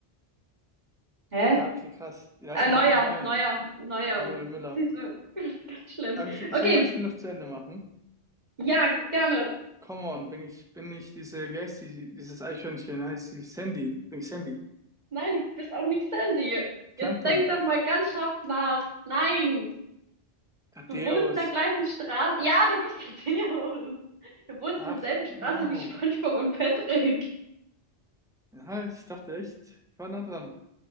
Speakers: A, on the right (about 40°); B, in the centre.
A: Hä?
B: Ja, okay, krass. Ja, ist
A: Äh,
B: ja
A: neuer,
B: Manuel Neuer.
A: neuer, neuer.
B: Manuel Müller.
A: Siehst du, <laughs> ganz schlimm.
B: Aber ich, will-
A: Okay,
B: ich will mein Spiel noch zu Ende machen.
A: ja, gerne.
B: Come on, bin ich, bin ich diese, wie heißt die, dieses Eichhörnchen? Heißt die Sandy? Bin ich Sandy?
A: Nein, du bist auch nicht Sandy.
B: Plankton.
A: Jetzt denk doch mal ganz scharf nach. Nein,
B: Thaddeus.
A: du wohnst in der gleichen Straße. Ja, du bist der Theo. Du wohnst
B: Ach,
A: in derselben Straße
B: Mano.
A: wie SpongeBob und Patrick.
B: Ja, ich dachte echt, ich war nah dran.